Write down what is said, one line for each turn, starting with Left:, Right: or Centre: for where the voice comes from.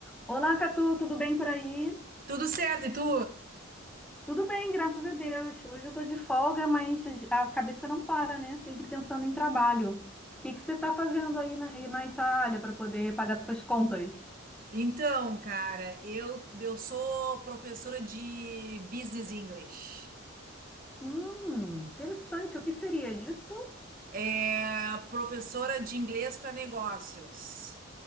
Centre: Olá, Catu, tudo bem por aí?
Right: Tudo certo, e tu?
Centre: Tudo bem, graças a Deus. Hoje eu tô de folga, mas a cabeça não para, né? Sempre pensando em trabalho. O que que você está fazendo aí na, aí na Itália para poder pagar suas contas?
Right: Então, cara, eu, eu sou professora de Business English.
Centre: Hum, interessante. O que seria isso?
Right: É professora de inglês para negócios.